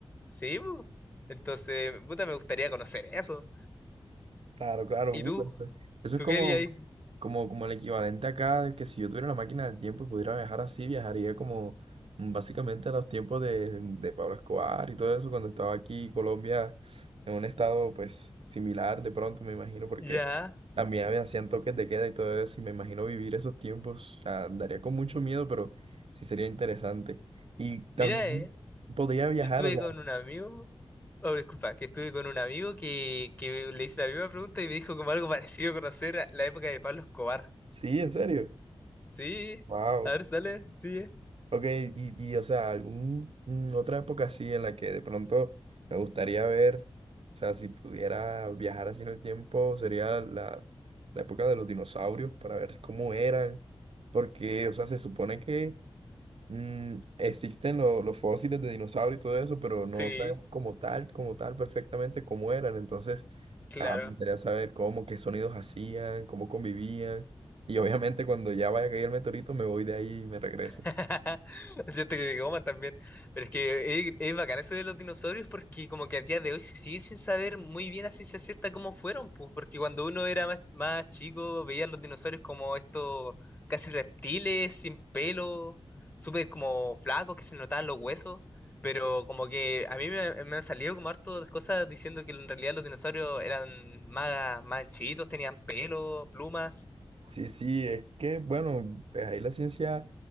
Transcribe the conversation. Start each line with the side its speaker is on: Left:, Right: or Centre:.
Left: sí, po. Entonces, puta, me gustaría conocer eso.
Right: Claro, claro,
Left: ¿Y
Right: uh,
Left: tú?
Right: eso, eso
Left: ¿Tú
Right: es como,
Left: querías?
Right: como, como el equivalente acá de que si yo tuviera una máquina del tiempo y pudiera viajar así, viajaría como mm, básicamente a los tiempos de, de Pablo Escobar y todo eso, cuando estaba aquí Colombia en un estado pues similar de pronto, me imagino, porque
Left: Ya.
Right: también había- hacían toques de queda y todo eso, y me imagino vivir esos tiempos, o sea, daría con mucho miedo, pero sí sería interesante. Y también
Left: Mira, eh,
Right: podría viajar,
Left: yo estuve
Right: o sea,
Left: con un amigo, oh, disculpa, que estuve con un amigo que, que le hice la misma pregunta y me dijo como algo parecido a conocer a la época de Pablo Escobar.
Right: sí, en serio,
Left: Sí,
Right: wow.
Left: a ver, dale, sí,
Right: Ok, y, y o sea, algún mm, otra época así en la que de pronto me gustaría ver, o sea, si pudiera viajar así en el tiempo, sería la, la época de los dinosaurios para ver cómo eran, porque, o sea, se supone que mm, existen lo- los fósiles de dinosaurios y todo eso, pero no
Left: sí,
Right: sabemos como tal, como tal, perfectamente cómo eran, entonces,
Left: claro.
Right: ah, me gustaría saber cómo, qué sonidos hacían, cómo convivían, y obviamente cuando ya vaya a caer el meteorito me voy de ahí y me regreso.
Left: <laughs> Siento que te coman también. Pero es que es, es bacán eso de los dinosaurios porque como que a día de hoy se sigue sin saber muy bien a ciencia cierta cómo fueron, pues, porque cuando uno era más, más chico veía los dinosaurios como estos casi reptiles, sin pelo, súper como flacos que se notaban los huesos. Pero como que a mí me, me han salido como harto de cosas diciendo que en realidad los dinosaurios eran más, más chiquitos, tenían pelo, plumas.
Right: Sí, sí, es que, bueno, pues ahí la ciencia,